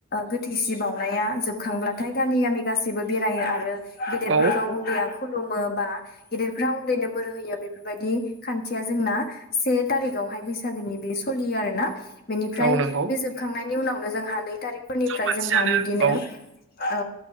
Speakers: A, on the left; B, on the right.
A: गोथैसि बावउनाया जोबखांब्लाथाय गामि गामि गासैबो बेरायो आरो गेदेरफोरखौ
B: औ
A: या खुलुमो बा गेदेरफ्रा उन्दैनो बोर होयो बेफोरबायदि खान्थिया जोंना से थारिखावहाय बैसागोनि बे सोलियो आरोना बेनिफ्राय
B: औ नंगौ
A: बे खांनायनि उनावनो जोंहा नै थारिखफोरनिफ्राय
B: जों मानसियानो
A: जोंहा बिब्दिनो
B: औ
A: औ